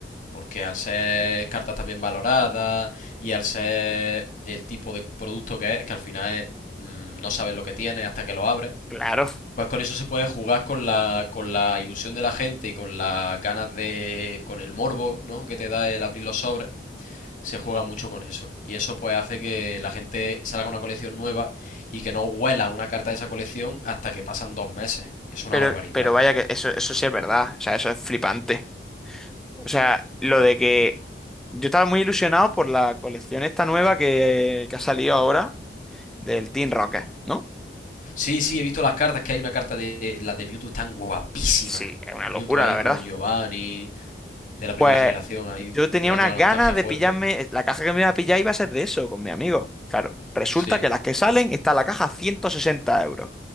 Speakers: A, on the left; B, in the centre.
A: Porque al ser cartas también valoradas y al ser el tipo de producto que es, que al final es, mm, no sabes lo que tienes hasta que lo abres,
B: Claro.
A: pues con eso se puede jugar con la, con la ilusión de la gente y con las ganas de, con el morbo, ¿no? que te da el abrir los sobres se juega mucho con eso. Y eso pues hace que la gente salga una colección nueva y que no huela una carta de esa colección hasta que pasan dos meses. Es una
B: Pero,
A: barbaridad.
B: pero vaya que eso, eso sí es verdad, o sea, eso es flipante. O sea, lo de que yo estaba muy ilusionado por la colección esta nueva que, que ha salido ahora del Team Rocket, ¿no?
A: Sí, sí, he visto las cartas, que hay una carta de... Las de Mewtwo están guapísimas.
B: Sí, es una
A: El
B: locura,
A: Mewtwo ahí
B: la verdad.
A: con Giovanni, de la primera
B: Pues
A: generación, ahí
B: yo tenía
A: pegando
B: unas
A: la nostalgia
B: ganas
A: fuerte.
B: de pillarme, la caja que me iba a pillar iba a ser de eso, con mi amigo. Claro, resulta
A: Sí.
B: que las que salen está la caja a 160 euros.